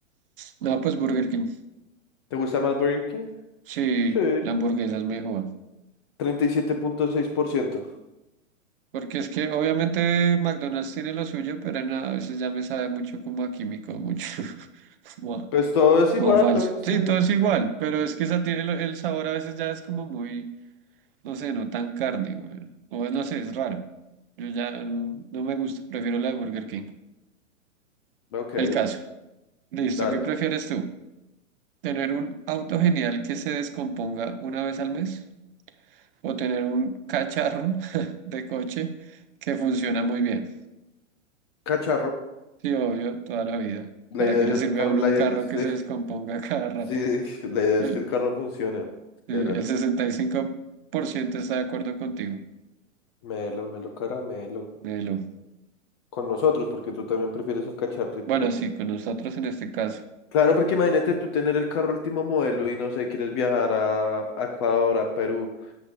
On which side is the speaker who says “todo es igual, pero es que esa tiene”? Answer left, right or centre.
Right